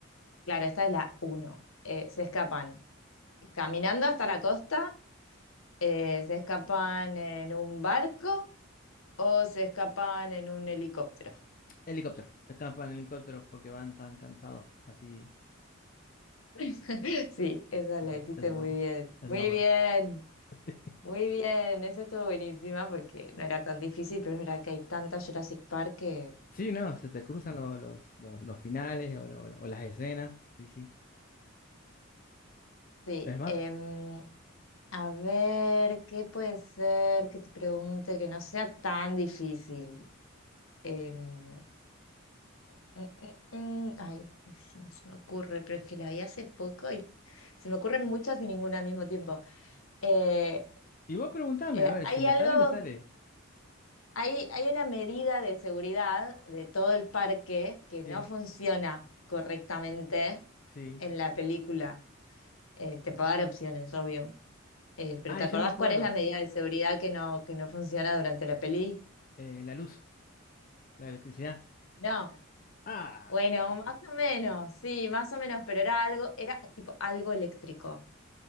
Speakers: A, on the left; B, on the left.
A: Claro, esta es la uno. Eh, se escapan caminando hasta la costa, eh, se escapan en un barco o se escapan en un helicóptero.
B: Helicóptero, se escapan en helicóptero porque van tan cansados, así,
A: <laughs> Sí, esa
B: dice,
A: la hiciste
B: eso no
A: muy
B: me acuerdo,
A: bien.
B: eso
A: Muy
B: no me acuerdo.
A: bien,
B: <laughs>
A: muy bien. Esa estuvo buenísima porque no era tan difícil, pero es verdad que hay tanta Jurassic Park que
B: Sí, no, se te cruzan lo- los, los, los finales o, la- o las escenas, sí, sí.
A: Sí,
B: Es más,
A: em, a ver, ¿qué puede ser que te pregunte que no sea tan difícil? Em, mm, mm, mm, ay, este se- no se me ocurre, pero es que la vi hace poco y se me ocurren muchas y ninguna al mismo tiempo. Eh,
B: y vos preguntame,
A: eh,
B: a ver,
A: ¿hay
B: si me
A: algo?
B: sale, me sale.
A: Hay, hay una medida de seguridad de todo el parque que
B: Sí,
A: no funciona correctamente
B: sí.
A: en la película. Eh, te puedo dar opciones, obvio. Eh, pero
B: Ah,
A: ¿te
B: y
A: acordás
B: yo me acuerdo,
A: cuál es la medida de seguridad que no, que no funciona durante la peli?
B: eh, la luz, la electricidad.
A: No.
B: Ah,
A: Bueno, más o menos, sí, más o menos, pero era algo, era tipo algo eléctrico.